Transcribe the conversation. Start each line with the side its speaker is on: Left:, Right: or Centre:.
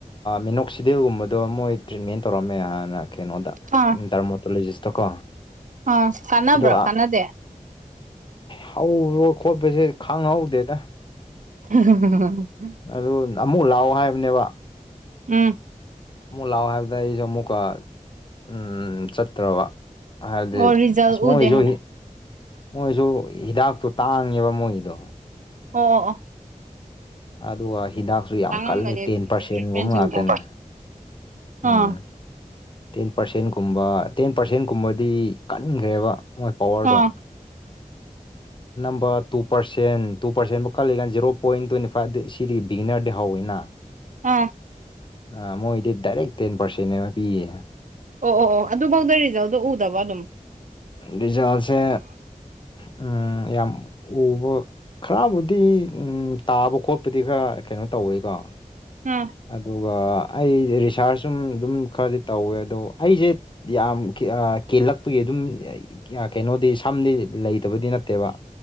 Left: ꯃꯦꯅꯣꯛꯁꯤꯗꯦꯜꯒꯨꯝꯕꯗꯣ ꯃꯣꯏ ꯇ꯭ꯔꯤꯠꯃꯦꯟ ꯇꯧꯔꯝꯃꯦ ꯍꯥꯟꯅ ꯀꯩꯅꯣꯗ
Right: ꯑꯥ
Left: ꯗꯔꯃꯣꯇꯣꯂꯣꯖꯤꯁꯇꯣꯀꯣ
Right: ꯑꯥ ꯀꯥꯟꯅꯕ꯭ꯔꯣ
Left: ꯑꯗꯣ
Right: ꯀꯥꯟꯅꯗꯦ
Left: ꯍꯧꯔꯣ ꯈꯣꯠꯄꯁꯦ ꯈꯥꯡꯍꯧꯗꯦꯗ
Right: <unintelligible>
Left: ꯑꯗꯨ ꯑꯃꯨꯛ ꯂꯥꯛꯑꯣ ꯍꯥꯏꯕꯅꯦꯕ
Right: ꯎꯝ
Left: ꯑꯃꯨꯛ ꯂꯥꯛꯑꯣ ꯍꯥꯏꯕꯗ ꯑꯩꯁꯨ ꯑꯃꯨꯛꯀ ꯎꯝ ꯆꯠꯇ꯭ꯔꯕ ꯍꯥꯏꯕꯗꯤ
Right: ꯑꯣ ꯔꯤꯖꯜ
Left: ꯑꯁ ꯃꯣꯏꯁꯨ
Right: ꯎꯗꯦ ꯍꯥꯏꯅ
Left: ꯃꯣꯏꯁꯨ ꯍꯤꯗꯥꯛꯇꯣ ꯇꯥꯡꯉꯦꯕ ꯃꯣꯏꯒꯤꯗꯣ
Right: ꯑꯣ ꯑꯣ ꯑꯣ
Left: ꯑꯗꯨꯒ ꯍꯤꯗꯥꯛꯁꯨ ꯌꯥꯝ
Right: ꯇꯥꯡꯉꯝꯒꯅꯤ
Left: ꯀꯜꯂꯤ ꯇꯦꯟ
Right: ꯑꯗꯨꯕꯨꯗꯤ
Left: ꯄꯥꯔꯁꯦꯟꯒꯨꯝꯕ
Right: ꯇ꯭ꯔꯤꯠꯃꯦꯟꯁꯤꯡꯗꯣ
Left: ꯉꯥꯛꯇꯅꯦ ꯎꯝ
Right: ꯑꯥ
Left: ꯇꯦꯟ ꯄꯥꯔꯁꯦꯟꯒꯨꯝꯕ ꯇꯦꯟ ꯄꯥꯔꯁꯦꯟꯀꯨꯝꯕꯗꯤ ꯀꯟꯈ꯭ꯔꯦꯕ ꯃꯣꯏ ꯄꯋꯥꯔꯗꯣ
Right: ꯑꯥ
Left: ꯅꯝꯕ ꯇꯨ ꯄꯔꯁꯦꯟ ꯇꯨ ꯄꯔꯁꯦꯟ ꯕꯥꯎ ꯀꯜꯂꯤꯀꯥꯟ ꯖꯤꯔꯣ ꯄꯣꯏꯟ ꯇ꯭ꯋꯦꯟꯇꯤ ꯐ ꯁꯤꯗꯤ ꯕꯤꯒꯤꯅꯔꯗꯩ ꯍꯧꯋꯤꯅ
Right: ꯎꯝ
Left: ꯑ ꯃꯣꯏꯗꯤ ꯗꯥꯏꯔꯦꯛ ꯇꯦꯟ ꯄꯥꯔꯁꯦꯟꯕ ꯄꯤꯌꯦ
Right: ꯑꯣ ꯑꯣ ꯑꯣ ꯑꯗꯨꯐꯥꯎꯗ ꯔꯤꯖꯜꯇꯣ ꯎꯗꯕ ꯑꯗꯨꯝ
Left: ꯔꯤꯖꯜꯁꯦ ꯎꯝ ꯌꯥꯝ ꯎꯕ ꯈꯔꯕꯨꯗꯤ ꯇꯥꯕ ꯈꯣꯠꯄꯗꯤ ꯈꯔ ꯀꯩꯅꯣ ꯇꯧꯋꯦꯀꯣ
Right: ꯑꯥ
Left: ꯑꯗꯨꯒ ꯑꯩ ꯔꯤꯁꯥꯔꯁ ꯁꯨꯝ ꯑꯗꯨꯝ ꯈꯔꯗꯤ ꯇꯧꯋꯦ ꯑꯗꯣ ꯑꯩꯁꯦ ꯌꯥꯝ ꯀꯦꯜꯂꯛꯄꯒꯤ ꯑꯗꯨꯝ ꯀꯩꯅꯣꯗꯤ ꯁꯝꯗꯤ ꯂꯩ ꯇꯕꯗꯤ ꯅꯠꯇꯦꯕ